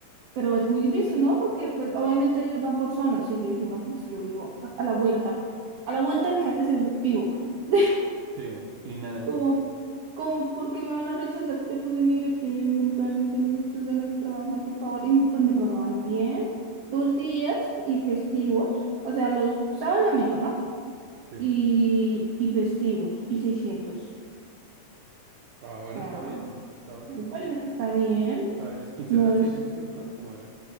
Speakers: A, on the right; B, on the right.
A: pero es muy difícil, ¿no? Porque, pues, obviamente ellos van por zonas. Y yo dije, no, pues si yo vivo a a la vuelta, a la vuelta del KFC vi- vivo. <laughs>
B: Sí, y nada,
A: Como, como, porque me van a rechazar? si Yo puse mi dirección y en plan, tengo muchas ganas de trabajar, por favor. Y me- pues me pagaban bien, dos días y festivos, o sea, los sábados y domingo, ¿no?
B: sí.
A: y, y festivos y seiscientos
B: Ah, bueno,
A: O sea,
B: está bien, está bastante.
A: me parece que está bien.
B: está bien. ¿Es quincenal?
A: No es.
B: seiscientos quincenal ¿Cómo era?